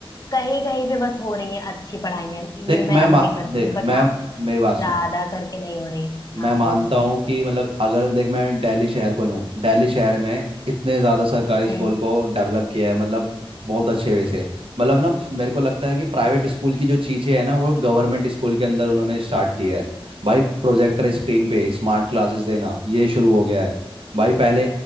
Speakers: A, on the left (about 40°); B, on the right (about 65°).
A: कहीं कहीं पे बस हो रही है अच्छी पढ़ाइयाँ
B: देख
A: ये मैं
B: मैं मा...
A: अग्री करती
B: देख
A: हूँ बट
B: मैं
A: हाँ
B: मेरी बात
A: ज्यादा
B: सुन
A: करके नहीं हो रही है
B: मैं
A: हाँ
B: मानता
A: बोलो
B: हूँ कि मतलब अगर देख मैं दिल्ली शहर को लूँ दिल्ली शहर में इतने ज़्यादा सरकारी
A: हम्म
B: स्कूल को डेवलप किया है मतलब बहुत अच्छे वे से मतलब ना मेरे को लगता है कि प्राइवेट स्कूल की जो चीज़ें हैं ना वो गवर्नमेंट स्कूल के अंदर उन्होंने स्टार्ट किया है भाई प्रोजेक्टर स्क्रीन पे स्मार्ट क्लासेस देना ये शुरू हो गया है भाई पहले